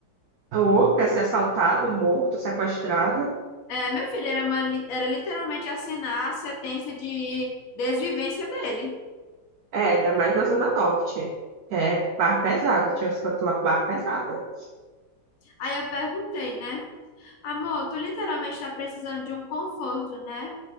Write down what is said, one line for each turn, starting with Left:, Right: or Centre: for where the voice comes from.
Right: Ou quer ser assaltado, morto, sequestrado,
Left: É, meu filho, era, uma li- era literalmente assinar a sentença de desvivência dele.
Right: É, ainda mais na Zona Norte, que é barra pesada, tinha os cantos lá com barra pesada.
Left: Aí eu perguntei, né? Amor, tu literalmente tá precisando de um conforto, né?